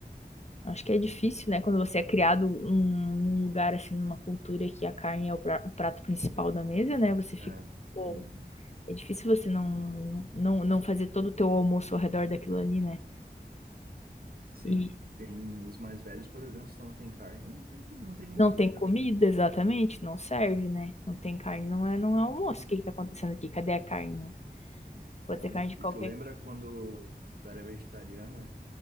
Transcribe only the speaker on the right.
Uhum.
É.
Uhum.
Sim.
Tem os mais velhos, por exemplo, se não tem carne, não tem, não tem nem
comida,
né?
Uhum.
Sim.
E tu lembra
quando tu era vegetariana,